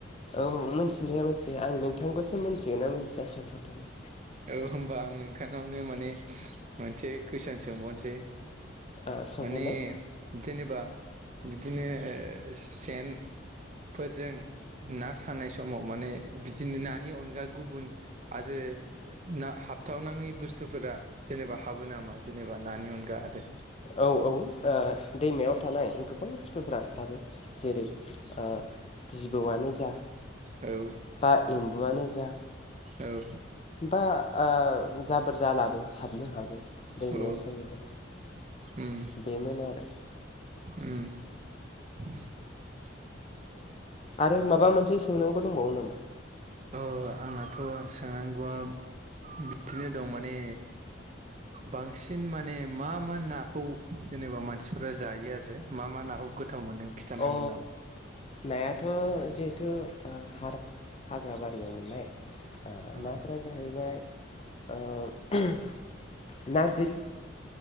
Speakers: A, on the left; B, on the right.
A: औ मोनथिनाया मोनथियो। आं नोंथांखौसो मोनथियोना मोन थिया सोंहरदोंमोन।
B: औ होमबा आं नोंथांनावनो माने मोनसे कुइसन सोंबावनोसै।
A: ओ सोंहरनाय
B: माने जेनेबा बिदिनो सेनफोरजों ना सानाय समाव माने बिदिनो नानि अनगा गुबुन आरो ना हाबथावनाङि बुस्थुफोरा जेनेबा हाबो नामा जेनेबा नानि अनगा आरो?
A: औ औ ओ दैमायाव थानाय गोबां बुस्थुफोरानो हाबो। जेरै ओ जिबौआनो जा
B: औ
A: बा एम्बुआनो जा
B: औ
A: बा ओ जाबोर जालाबो हाबनो हागौ। दैमायाव
B: औ
A: सायोबा
B: उम
A: बेमोन आरो
B: उम। <inaudible>
A: आरो माबा मोनसे सोंनांगौ दंबावो नोमा?
B: ओ आंहाथ' सोंनांगौआ बिदिनो दं माने बांसिन माने मा मा नाखौ जेनेबा मानसिफोरा जायो आरो मा मा नाखौ गो गोथाव मोनो खिथानो
A: अ
B: हागोन नामा?
A: नायाथ' जिहेथु ओ हारग हाग्रा बारियाव मोननाय ओ
B: औ
A: नाफोरा जाहैबाय ओ ना गोरि